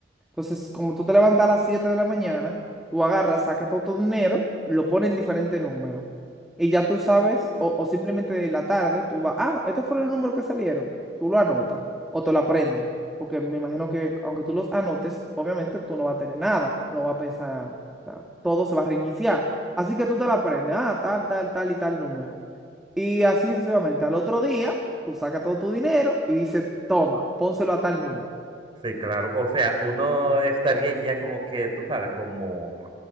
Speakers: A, in the centre; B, on the right.
A: Entonces, como tú te levantas a las 7 de la mañana, tú agarras, sacas todo tu dinero, lo pones en diferente números. Y ya tú sabes, o, o simplemente de la tarde, tú vas, ah, estos fueron los números que salieron. Tú lo anotas o te lo aprendes. Porque me imagino que aunque tú los anotes, obviamente tú no vas a tener nada, no vas a pensar, o sea, todo se va a reiniciar. Así que tú te lo aprendes, ah, tal, tal, tal y tal número. Y así sucesivamente, al otro día, tú sacas todo tu dinero y dices, toma, pónselo a tal número.
B: Sí, claro. O sea, uno estaría ya como que, tú sabes, como